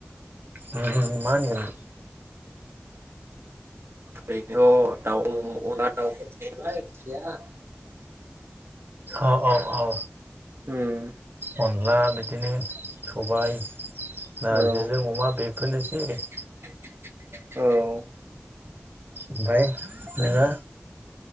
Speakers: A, on the right (about 50°); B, on the right (about 75°).
A: ओ उम मा होनगोन
B: ओरैनोथ दाउ अनला दाउ थायो नालाय ओंख्रिया।
A: औ औ औ
B: उम
A: अन ला बिदिनो सबाय नारजिजों
B: औ
A: अमा बेफोरनो <unintelligible>
B: औ।
A: ओमफ्राय नोङो